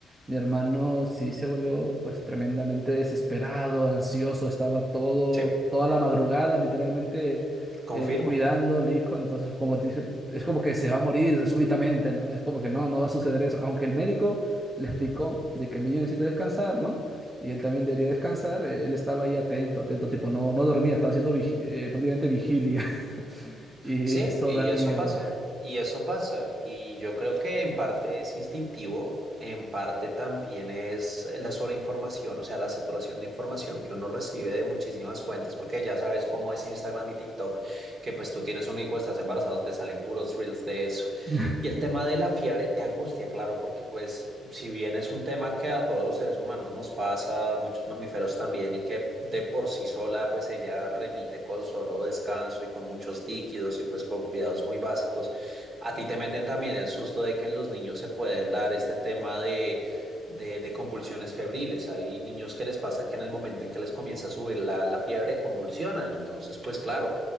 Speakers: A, on the right (about 20°); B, on the right (about 45°).
A: mi hermano sí se volvió pues tremendamente desesperado, ansioso, estaba todo,
B: sí,
A: toda la madrugada literalmente
B: confirmo.
A: eh, cuidando al hijo, entonces como dice, es como que se va a morir súbitamente, ¿no? Es como que no, no va a suceder eso, aunque el médico le explicó de que el niño necesita descansar, ¿no? Y él también debería descansar, él estaba ahí atento, atento, tipo, no, no dormía, estaba haciendo vigi- eh, prácticamente vigilia. <laughs> Y
B: Sí,
A: eso
B: y
A: da miedo.
B: eso pasa, y eso pasa, y yo creo que en parte es instintivo, en parte también es la sobreinformación, o sea, la saturación de información que uno recibe de muchísimas fuentes, porque ya sabes cómo es Instagram y TikTok, que pues tú tienes un hijo, estás embarazado, te salen puros reels de eso.
A: <laughs>
B: Y el tema de la fiebre te angustia, claro, porque pues si bien es un tema que a todos los seres humanos nos pasa, muchos mamíferos también, y que de por sí sola pues ella remite con solo descanso y con muchos líquidos y pues con cuidados muy básicos, a ti te meten también el susto de que en los niños se pueden dar este tema de... De, de convulsiones febriles. Hay niños que les pasa que en el momento en que les comienza a subir la, la fiebre convulsionan. Entonces, pues claro,